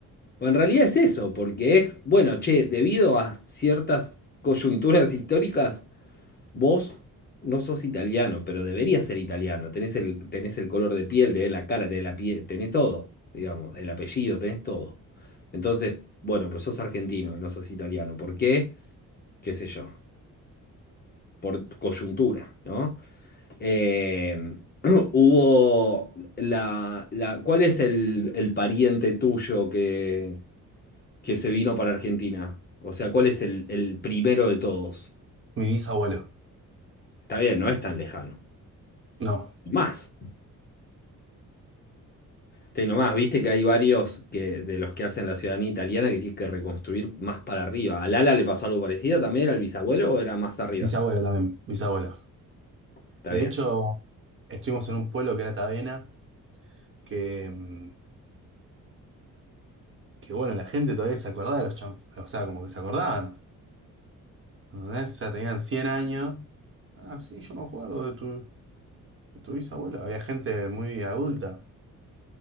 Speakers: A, on the left; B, on the right.
A: O en realidad es eso, porque es, bueno, che, debido a ciertas coyunturas históricas, vos no sos italiano, pero deberías ser italiano. Tenés el, tenés el color de piel, tenés la cara, tenés la piel, tenés todo, digamos, el apellido, tenés todo. Entonces, bueno, pero sos argentino y no sos italiano. ¿Por qué? ¿Qué sé yo? Por coyuntura, ¿no? Eh, <clears throat> hubo la, la- ¿cuál es el, el pariente tuyo que que se vino para Argentina? O sea, ¿cuál es el, el primero de todos?
B: Mi bisabuelo.
A: Está bien, no es tan lejano.
B: No,
A: Más, tengo más, viste que hay varios que, de los que hacen la ciudadanía italiana que tienen que reconstruir más para arriba. ¿A Lala le pasó algo parecido también? ¿Era el bisabuelo o era más arriba?
B: bisabuelo también, bisabuelo.
A: Está
B: De
A: bien.
B: hecho, estuvimos en un pueblo que era Tavena, que, mm, que bueno, la gente todavía se acordaba de los chanf... O sea, como que se acordaban. ¿entendés? O sea, tenían 100 años. Ah, sí, yo me acuerdo de tu, de tu bisabuelo. Había gente muy adulta.